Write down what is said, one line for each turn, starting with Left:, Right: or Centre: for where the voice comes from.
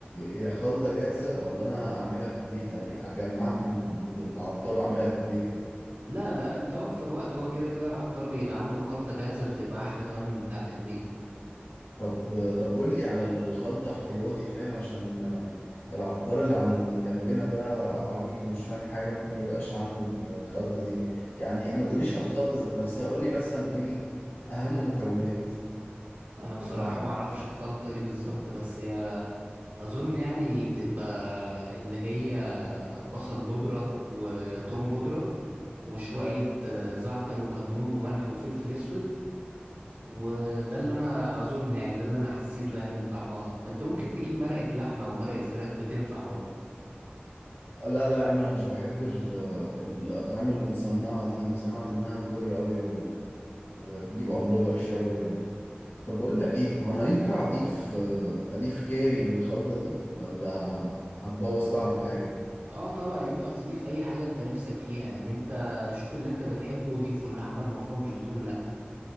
Left: هي خلطه جاهزه ولا انا اعملها في البيت هج- هجمعها من عند العطار واعملها في البيت
Right: لا لا انت وفر وقت هو كده كده العطار بيبقى عنده خلطة جاهزة وبتبقى احلى كمان من بتاعة البيت
Left: طب طب قول لي على الخلطة احتياطي فاهم عشان آه، العطار اللي عند اللي جنبنا ده عبيط ومش فاهم حاجة ممكن ميبقاش عنده ال- الخلطة دي يعني ما تقوليش على الخلطة ذات نفسها قول لي مثلا ايه ال- أهم مكونات
Right: انا بصراحة
Left: للحم
Right: ما اعرفش الخلطة ايه بالظبط بس هي اظن يعني بتبقى اللي هي بصل بودرة وتوم بودرة وشوية
Left: اه
Right: آه، زعتر وكمون وملح وفلفل اسود وده اللي انا اظن يعني ده اللي انا حسيته يعني من طعمها انت ممكن تجيب مرقة لحمة او مرقة فراخ بتنفع برضه
Left: لا لا يا عم انا مش بحب ال- الأطعمة المتصنعة دي انا سمعت انها مضرة قوي و... وبتجيب امراض وحشه قوي يعني طب بقول لك ايه هو انا ينفع اضيف آه، اضيف كاري للخلطه دي ولا هتبوظ طعم الحاجه
Right: اه طبعا ينفع تضيف اي حاجة انت نفسك فيها يعني انت شوف اللي انت بتحبه وضيفه اللحمة المفرومة مش بتقول لا